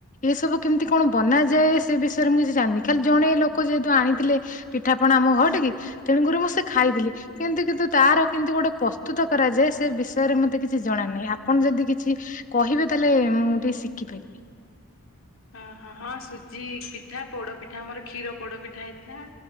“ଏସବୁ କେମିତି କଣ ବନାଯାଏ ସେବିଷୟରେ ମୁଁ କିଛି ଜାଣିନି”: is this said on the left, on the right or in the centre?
Left